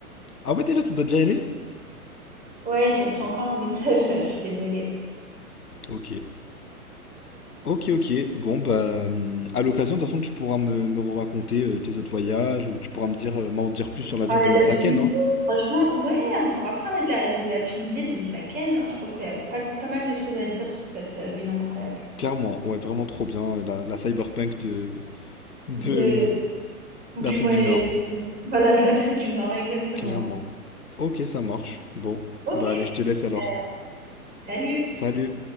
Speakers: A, on the left; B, on the right.
A: Ah ouais, déjà, tu dois déjà y aller?
B: Ouais, j'ai reçu encore un message là, je suis désolée.
A: Ok. Ok, ok. Bon, bah, hum, à l'occasion, de toute façon, tu pourras me, me raconter euh, tes autres voyages ou tu pourras me dire, euh, m'en dire plus sur la
B: Parler
A: ville de
B: de la
A: Msaken,
B: Tunisie,
A: hein.
B: franchement, ouais, on pourra parler de la, de la Tunisie, et de Msaken. hein. Je pense qu'il y a pas, pas mal de choses à dire sur cette euh, ville incroyable.
A: Clairement, ouais, vraiment trop bien, euh, la, la cyberpunk de, de,
B: De- du,
A: d'Afrique
B: Moyen-
A: du Nord.
B: du- voilà, de l'Afrique du Nord, exactement.
A: Clairement. Ok, ça marche. Bon,
B: Ok,
A: bah, allez, je te laisse alors.
B: ben, salut!
A: Salut!